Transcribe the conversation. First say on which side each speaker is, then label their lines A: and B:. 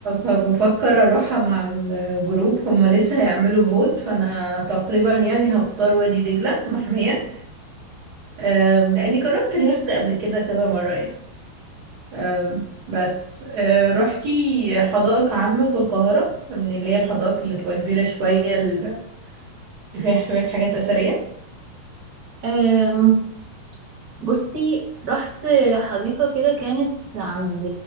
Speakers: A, on the right; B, on the right.
A: فبفكر اروحها مع الجروب هم لسه هيعملوا فوت فانا تقريبا يعني هختار وادي دجلة محمية أم، لاني جربت اليخت قبل كده كذا مرة يعني أم، بس أه، روحتي حدائق عامة في القاهرة من اللي هي الحدائق اللي تبقى كبيرة شوية اللي فيها شوية حاجات أثرية
B: أم، بصي رحت حديقه كده كانت عند